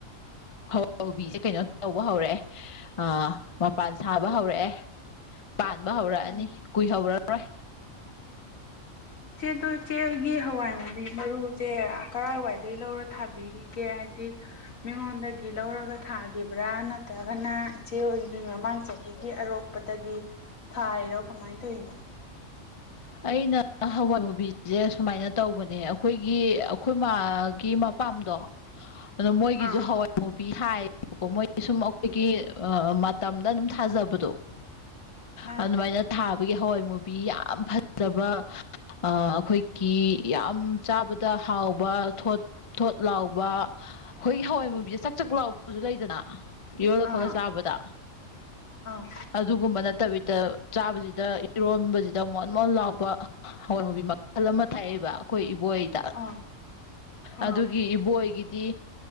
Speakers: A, on the left (about 40°); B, on the left (about 80°).
A: ꯍ ꯍꯥꯎꯕꯤꯁꯦ ꯀꯩꯅꯣ ꯇꯧꯕ ꯍꯧꯔꯛꯑꯦ ꯑ ꯃꯄꯥꯟ ꯁꯥꯕ ꯍꯧꯔꯛꯑꯦ ꯄꯥꯟꯕ ꯍꯧꯔꯛꯑꯅꯤ
B: ꯎꯝ
A: ꯀꯨꯏꯍꯧꯔꯔꯣꯏ <inaudible>
B: ꯆꯦ ꯅꯣꯏ ꯏꯆꯦꯒꯤ ꯍꯋꯥꯏ ꯃꯨꯕꯤ ꯃꯔꯨꯁꯦ ꯀꯔꯥꯏꯋꯥꯏꯗꯒꯤ ꯂꯧꯔ ꯊꯥꯕꯤꯔꯤ ꯒꯦ ꯍꯥꯏꯗꯤ ꯃꯤꯉꯣꯟꯗꯒꯤ ꯂꯧꯔꯒ ꯊꯥꯈꯤꯕ꯭ꯔꯥ ꯅꯠꯇ꯭ꯔꯒꯅ ꯏꯆꯦ ꯍꯣꯏꯒꯤ ꯃꯃꯥꯡ ꯆꯍꯤꯒꯤ ꯑꯔꯣꯛ ꯄꯗꯒꯤ ꯊꯥꯔꯤꯔꯣ ꯀꯃꯥꯏꯅ ꯇꯧꯔꯤꯅꯣ
A: ꯑꯩꯅ ꯍꯋꯥꯏ ꯃꯨꯕꯤꯁꯦ ꯁꯨꯃꯥꯏꯅ ꯇꯧꯕꯅꯦ ꯑꯩꯈꯣꯏꯒꯤ ꯑꯩꯈꯣꯏ ꯃꯥ ꯒꯤ ꯃꯄꯥꯝꯗꯣ ꯑꯗ ꯃꯣꯏꯒꯤꯁꯨ
B: ꯑꯥ
A: ꯍꯋꯥꯏ ꯃꯨꯚ ꯍꯥꯏꯌꯦꯕꯀꯣ ꯃꯣꯏ ꯁꯨꯝ ꯑꯩꯈꯣꯏꯒꯤ ꯃꯇꯝꯗ ꯑꯗꯨꯝ ꯊꯥꯖꯕꯗꯣ
B: ꯑꯥ
A: ꯑꯗꯨꯃꯥꯏꯅ ꯊꯥꯕꯒꯤ ꯍꯋꯥꯏ ꯃꯨꯕꯤ ꯌꯥꯝ ꯐꯖ ꯐꯖꯕ ꯑꯩꯈꯣꯏꯒꯤ ꯌꯥꯝ ꯆꯥꯕ ꯇ ꯍꯥꯎꯕ ꯊꯣꯠ ꯊꯣꯠ ꯂꯥꯎꯕ ꯑꯩꯈꯣꯏꯒꯤ ꯍꯋꯥꯏ ꯃꯨꯕꯤꯁꯦ ꯆꯥꯛ ꯂꯥꯎꯕꯁꯨ ꯂꯩꯗꯅ ꯏꯔꯣꯜꯂ
B: ꯑꯥ
A: ꯈꯣꯠꯂ ꯆꯥꯕꯗ
B: ꯑꯥ
A: ꯑꯗꯨꯒꯨꯝꯕ ꯅꯠ ꯐꯠꯇꯕꯤꯗ ꯆꯥꯕꯁꯤꯗ ꯏꯔꯣꯟꯕꯁꯤꯗ ꯑꯃꯨꯛ ꯃꯣꯟ ꯂꯥꯛꯄ ꯍꯋꯥꯏ ꯃꯨꯕꯤ ꯃꯈꯜ ꯑꯃ ꯊꯥꯛꯑꯦꯕ ꯑꯩꯈꯣꯏ ꯏꯕꯣꯏ ꯇꯥ
B: ꯑꯥ ꯑꯥ
A: ꯑꯗꯨꯒꯤ ꯏꯕꯣꯏꯒꯤꯗꯤ